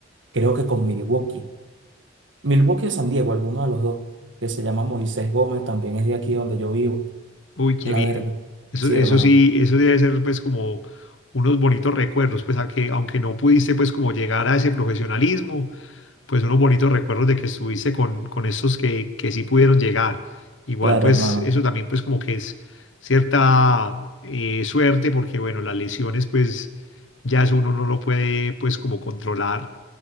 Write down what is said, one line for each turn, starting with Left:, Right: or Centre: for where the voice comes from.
Right: Creo que con Milwaukee. Milwaukee o San Diego, alguno de los dos, que se llama Moisés Gómez, también es de aquí donde yo vivo,
Left: Uy, qué
Right: la
Left: bien.
Right: verdad.
Left: Eso,
Right: Sí,
Left: eso
Right: hermano.
Left: sí, eso debe ser pues como unos bonitos recuerdos, pues aunque, aunque no pudiste pues como llegar a ese profesionalismo, pues unos bonitos recuerdos de que estuviste con, con estos que, que sí pudieron llegar. Igual,
Right: Claro,
Left: pues
Right: hermano.
Left: eso también pues como que es cierta eh, suerte porque bueno, las lesiones pues ya es uno no lo puede pues como controlar.